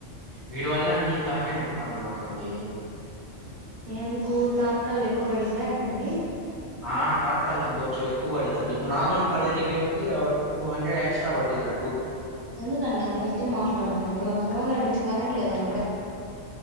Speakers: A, on the left (about 25°); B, on the right (about 55°).
A: వీడి వల్ల అన్ని తలకాయ్ నొప్పి పనులు మాకండి
B: ఎందుకు తాత్కాల ఎక్కువ పడిద్దా ఏంటండి
A: ఆ తాత్కాలి ఇంకొంచెం ఎక్కువ పడుద్దండి ఇప్పుడు నార్మల్ పడే టికెట్ కి టూ హండ్రె ఎస్ట్రా పట్టిల్లన్
B: ఎందుకండీ అంత గట్టిగా మాట్లాడుతున్నారు ఫోన్ లో నుంచి కరెంట్ లేదండి బై